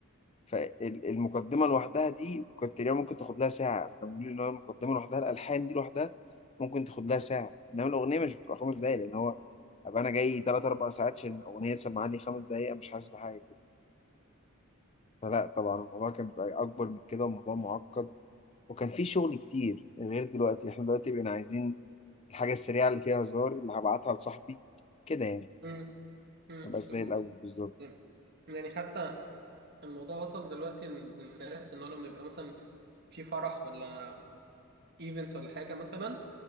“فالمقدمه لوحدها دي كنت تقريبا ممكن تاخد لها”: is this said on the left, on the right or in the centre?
Left